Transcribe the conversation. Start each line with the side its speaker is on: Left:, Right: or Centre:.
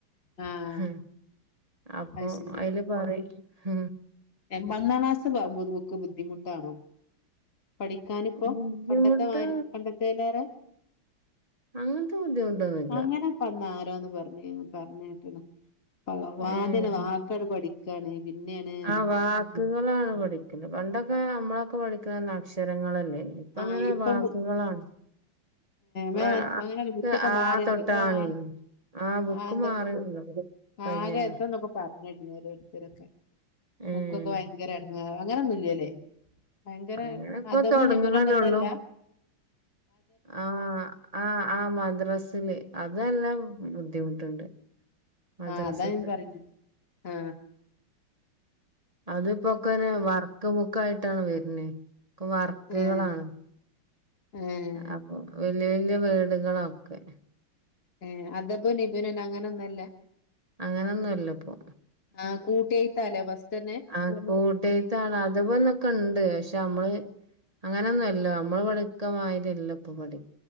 Left: ആഹ്
Right: ഹ അപ്പൊ
Left: അത് ശരി
Right: അതില് പറയും ഹ
Left: പതിനൊന്നാം ക്ലാസ്സ്‌ ബുക്ക് ബുദ്ധിമുട്ടാണോ പഠിക്കാനിപ്പോ
Right: ബുദ്ധിമുട്ട്
Left: പണ്ടത്തെ മാരി പണ്ടത്തേലേറെ
Right: അങ്ങനത്തെ ബുദ്ധിമുട്ടൊന്നുല്ല
Left: അങ്ങനെ വന്നരാന്ന് പറ ന്ന് പറഞ്ഞേക്കണ് വാതിന
Right: ഏഹ്
Left: വാക്കാട് പഠിക്കാണ് പിന്നെയാണ്
Right: ആ വാക്കുകളാണ് പഠിക്കല് പണ്ടൊക്കെ നമ്മളൊക്കെ പഠിക്കുന്ന് അക്ഷരങ്ങളല്ലേ ഇപ്പങ്ങനെ
Left: ആഹ് ഇപ്പം
Right: വാക്കുകളാണ്
Left: മാം
Right: ആ അത്
Left: അങ്ങനെ ബുക്കൊക്കെ
Right: ആ
Left: മാറി
Right: തൊട്ടാണ്
Left: എന്തൊക്കോ ആണ്
Right: ആ ബുക്ക്
Left: ആഹ് എന്ത
Right: മാറി <unintelligible> കയ്ഞൊല്ലം
Left: ആകെ <unintelligible> ഓരോരുത്തരൊക്കെ
Right: ഉം
Left: ബുക്കൊക്കെ ഭയ്ങ്കര എടങ്ങേറ അങ്ങനെയൊന്നുല്ല്യലേ ഭയങ്കര
Right: അങ്ങനെ ഇപ്പൊ
Left: അതപുൻ
Right: തുടങ്ങുന്നല്ലേ
Left: ഇബ്നുൻ ഒന്നല്ല
Right: ഉള്ളൂ ആ ആ ആ മദ്രാസില് അതെല്ലം ബുദ്ധിമുട്ടുണ്ട് മദ്രസത്തെ
Left: ആ അതാ ഞാൻ പറഞ്ഞെ ആ
Right: അതിപ്പോക്കെനെ വർക്കക്ക് ബുക്ക്‌ ആയിട്ടാണ് വരണേ ഇപ്പൊ വർക്കുകളാണ്
Left: ഏഹ് ഏഹ്
Right: അപ്പൊ വല്യ വല്യ വീടുകളൊക്കെ
Left: ഏ അദപുൻ ഇബ്നുൻ അങ്ങനൊന്നല്ല
Right: അങ്ങനൊന്നുംല്ലപ്പൊ
Left: ആഹ് കൂട്ടിയെഴുത്താല്ലേ ഫസ്റ്റന്നെ
Right: ആ കൂട്ടെഴുത്താണ് അതപുന്നൊക്കെണ്ട് പക്ഷെ നമ്മള് അങ്ങനെയൊന്നുമല്ലോ നമ്മള് പഠിക്കമാരി അല്ല ഇപ്പൊ പഠി